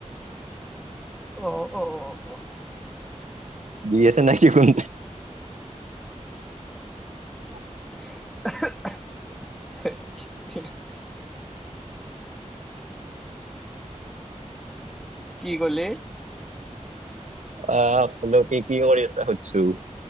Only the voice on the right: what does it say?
দি আছে নাই শিকোন <unintelligible> <inaudible>
আহ আপোনালোকে কি কৰি আছা সুধিছোঁ <unintelligible>